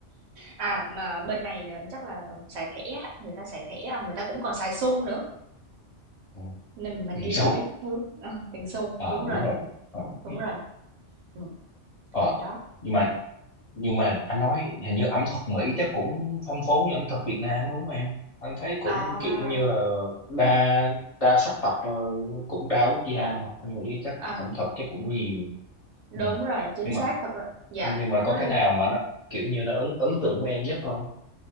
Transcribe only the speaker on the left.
ừ.
<laughs>
sâu
ờ
đúng rồi ờ,
ừ.
ờ.
nhưng mà nhưng mà anh nói hình như ẩm thực Mỹ chắc cũng phong phú như ẩm thực Việt Nam đúng không em anh thấy cũng
kiểu như là đa đa sắc tộc ờ, cũng đa quốc gia mà anh nghĩ chắc
ẩm thực chắc cũng nhiều
ừ.
nhưng
mà
nhưng mà
có
cái
nào mà nó kiểu như nó ấn ấn tượng với em nhất không